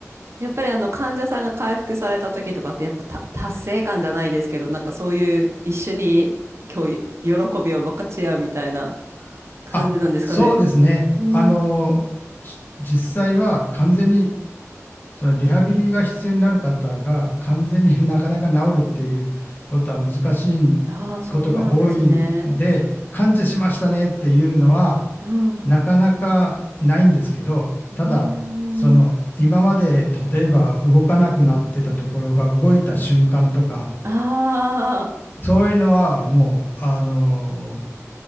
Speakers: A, on the right; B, on the left.
A: やっぱりあの患者さんが回復された時とかってやっぱた達成感じゃないですけど、なんかそういう一緒に今日喜びを分かち合うみたいな感じなんですかね。
B: あ、そうですね。
A: うん。
B: あの、し実際は完全に、そのリハビリが必要になる方が完全に <laughs> なかなか治るっていうことは難しいことが多いんで、
A: ああ、そうなんですね。
B: 完治しましたねっていうのは、
A: うん。う
B: なかなかないんですけど、
A: ーん。
B: ただ、その今まで例えば動かなくなってたところが動いた瞬間とか、
A: ああ、
B: そういうのはもう、あの